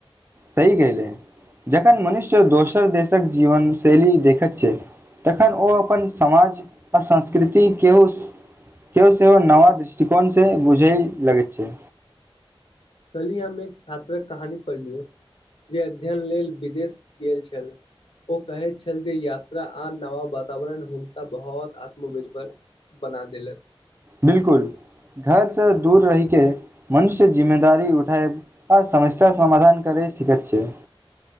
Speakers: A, on the right; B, on the left.
A: सही गेले जखन मनुष्य दोसर देशक जीवन शैली देखत छै। तखन ओ अपन समाज आ संस्कृति केउस केओ सेहो नवा दृष्टिकोण से बुझैए लगै छै
B: कल्हि हम एक छात्रक कहानी पढ़लियो जे अध्ययन लेल विदेश गेल छल ओ कहैत छल जे यात्रा आ नवा वातावरण हुनका बहुत आत्मनिर्भर बना देलक।
A: बिल्कुल घरसँ दूर रहिके मनुष्य जिम्मेदारी उठएब। आ समस्या समाधान करै सकैत छै।